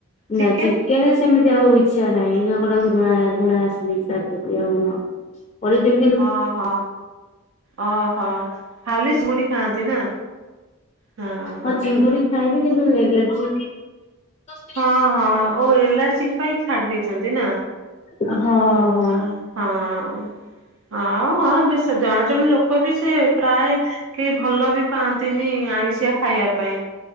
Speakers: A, on the right (about 75°); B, on the left (about 30°).
A: ଚିକେନ
B: ନା ଚିକେନେ ଏମିତି ଆଉ ଇଚ୍ଛା ନାହିଁ, ଗୋଟେ ଘୃଣା ଘୃଣା ଆସିଯାଇଛି ତା ପ୍ରତି ଆଉ ନୁହଁ, ଅଢେଇଦିନ୍
A: ହଁ ହଁ, ଅ ହ ଖାଲି ସିଙ୍ଗୁଡ଼ି ଖାଆନ୍ତି ନା? ହଁ ହଁ।
B: ମୁଁ ଚିଙ୍ଗୁଡି ଖାଇବି କିନ୍ତୁ ଏଲର୍ଜି
A: ହଁ ହଁ, ଓ ଏଲାର୍ଜିକ୍ ପାଇଁ ଛାଡି ଦେଇଛନ୍ତି ନା,
B: ହଁ ହଁ
A: ହଁଅ। ହଁଅ, ହଁ-ହଁ ବେଶ୍ ଜଣେ ଜଣେ ଲୋକ ବି ସେ ପ୍ରାୟ କେହି ଭଲ ବି ପାଆନ୍ତିନି ଆଇଁଷିଆ ଖାଇବା ପାଇଁ।